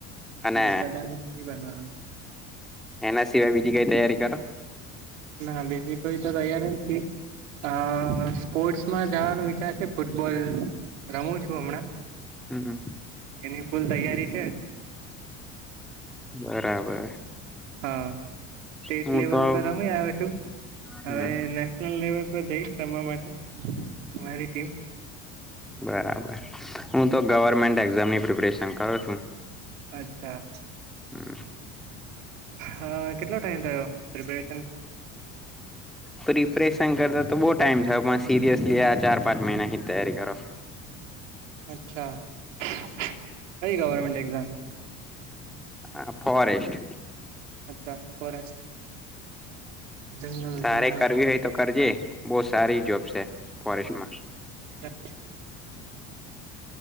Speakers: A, in the centre; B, on the right.
A: અને
B: પ્રધાનમંત્રી બનવાનો
A: એના સિવાય બીજી કઈ તૈયારી કરો?
B: ના, બીજી કોઈ તો તૈયાર નથી. અ સ્પોર્ટસમાં જવાનો વિચાર છે, ફૂટબોલ રમું છું હમણાં.
A: હમ.
B: એની ફૂલ તૈયારી છે.
A: બરાબર.
B: હા. સ્ટેટ
A: હું
B: લેવલ
A: તો
B: પર રમી આવ્યો છું.
A: હમ
B: હવે નેશનલ લેવલ પર જઈશ રમવા માટે અમારી ટીમ.
A: બરાબર હું તો ગવર્મેન્ટ એક્ઝામની પ્રિપરેશન કરું છું.
B: અચ્છા.
A: હ.
B: હા, કેટલો ટાઈમ થયો રિપેર?
A: પ્રિપરેેશન કરતા. તો બહુ ટાઈમ થયો છે, પણ સિરિસલી આ ચાર-પાંચ મહિના. તૈયારી કરો.
B: અચ્છા. અચ્છા. કંઈ ગવર્મેન્ટ એક્ઝામ?
A: હ, ફોરેસ્ટ.
B: અચ્છા, ફોરેસ્ટ. જંગલ
A: તારે
B: જંગલ
A: કરવી
B: ખાતું.
A: હોય તો કરજે. બહુ સારી જોબ છે ફોરેસ્ટમાં.
B: અચ્છા.